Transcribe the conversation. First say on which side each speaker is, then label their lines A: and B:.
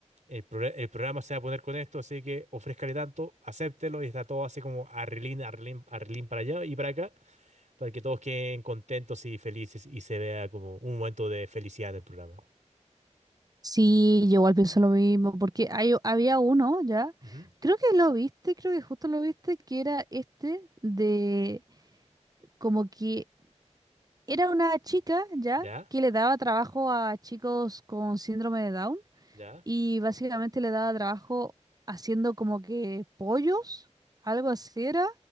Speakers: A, on the right (about 80°); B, on the right (about 30°).
A: el, pro- el programa se va a poner con esto, así que ofrézcale tanto, acéptelo y está todo así como arrelín, arrelín, arrelín para allá y para acá, para que todos queden contentos y felices y se vea como un momento de felicidad en el programa.
B: sí, yo igual pienso lo mismo, porque hay, había uno ya,
A: Ujú.
B: creo que lo viste, creo que justo lo viste, que era este de como que era una chica ya
A: ¿Ya?
B: que le daba trabajo a chicos con síndrome de Down
A: ¿Ya?
B: y básicamente le daba trabajo haciendo como que pollos, algo así era,